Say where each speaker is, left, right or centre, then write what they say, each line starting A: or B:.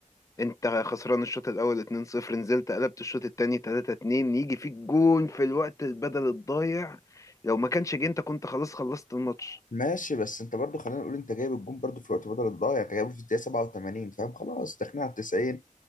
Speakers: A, on the left; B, on the left.
A: انت خسران الشوط الاول 2-0 نزلت قلبت الشوط التاني 3-2 يجي فيك جون في الوقت البدل الضايع لو ما كانش جه انت كنت خلاص خلصت الماتش
B: ماشي بس انت برضو خلينا نقول انت جايب الجون برضو في الوقت بدل الضايع انت جايبه في الدقيقه 87 فاهم خلاص داخلين على 90